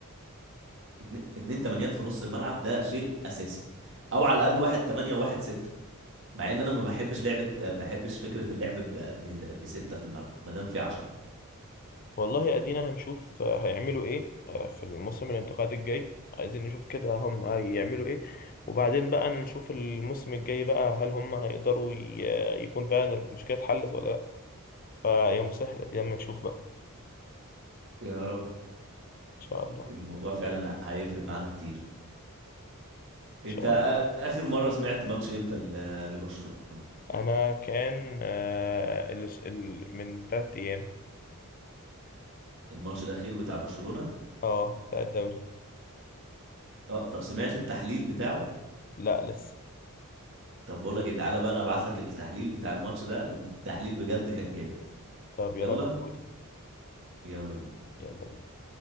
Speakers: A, on the right (about 55°); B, on the left (about 40°).
A: اتنين, اتنين تمانيات في نص الملعب ده شيء اساسي او على الاقل واحد تمانية وواحد ستة مع ان انا ما بحبش لعبة آه، بحبش فكرة اللعب ب... ب... بستة في الملعب ما دام في عشرة
B: والله ادينا هنشوف آه، هيعملوا ايه آه، في الموسم الانتقالي الجاي عايزين نشوف كده هم هيعملوا ايه وبعدين بقى نشوف الموسم الجاي بقى هل هم هيقدروا ي- يكون فعلا المشكلة اتحلت ولا لا فيا مسهل ادينا اما نشوف بقى
A: يا رب
B: ان شاء الله ان
A: الموضوع فعلا ه- هيفرق معانا كتير
B: شاء
A: انت آ-
B: الله
A: اخر مرة سمعت ماتش امتى ل- لبرشلونة
B: انا كان آه، ال- ال- من تلات ايام
A: الماتش الاخير بتاع برشلونة
B: اه بتاع الدوري
A: اه طب سمعت التحليل بتاعه
B: لا لسه
A: طب بقول لك ايه تعالى بقى انا ابعت لك التحليل بتاع الماتش ده التحليل بجد كان جامد
B: طب يلا
A: يلا
B: بعتهولي
A: يلا بينا.
B: يلا بينا.